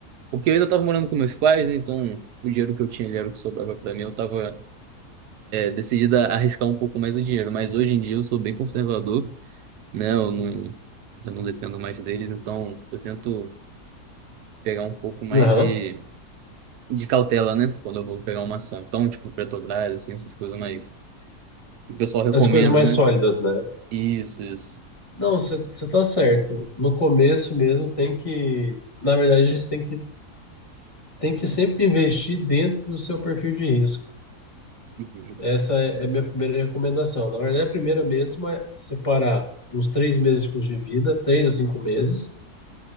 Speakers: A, on the right; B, on the left.
A: Porque eu ainda estava morando com meus pais, né? Então o dinheiro que eu tinha ali era o que sobrava para mim. Eu estava decidido a arriscar um pouco mais o dinheiro. Mas hoje em dia eu sou bem conservador, né? Eu não, eu não dependo mais deles, então eu tento pegar um pouco mais
B: Aham.
A: de, de cautela, né? Quando eu vou pegar uma ação. Então, tipo, Petrobras, assim, essas coisas mais que o pessoal recomenda,
B: As coisas mais
A: né?
B: sólidas, né?
A: Isso, isso.
B: Não, você tá certo. No começo mesmo tem que. Na verdade, você tem que, tem que sempre investir dentro do seu perfil de risco.
A: Uhum.
B: Essa é é
A: Então,
B: a minha primeira recomendação. Na verdade, a primeira mesmo é separar uns três meses de custo de vida, três a cinco meses,